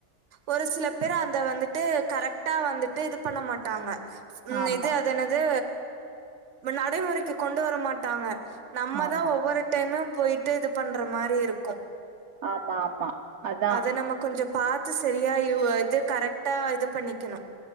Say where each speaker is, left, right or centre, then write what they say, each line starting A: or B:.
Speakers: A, on the right; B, on the right.
A: ஒரு சில பேரு அந்த வந்துட்டு கரெட்டா வந்துட்டு இது பண்ண மாட்டாங்க ம்
B: ஆமா
A: இது அது என்னது ம நடைமுறைக்கு கொண்டு வர மாட்டாங்க நம்மதா
B: ஆமா
A: ஒவ்வொரு டைமு போய்ட்டு இது பண்ற மாரி இருக்கு
B: ஆமா ஆமா அதா
A: அத நம்ம கொஞ்சோ பாத்து சரியா யு இது கரெக்டா இது பண்ணிக்கணு